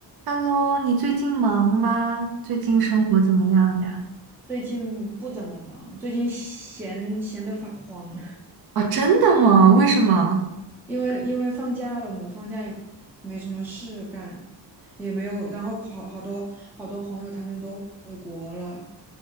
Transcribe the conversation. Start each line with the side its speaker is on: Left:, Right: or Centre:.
Right: Hello，你最近忙吗？最近生活怎么样呀？
Centre: 最近不怎么忙，最近闲闲得发慌，
Right: 啊，真的吗？为什么？
Centre: 因为因为放假了嘛，放假也没什么事干，也没有，然后好好多好多朋友他们都回国了，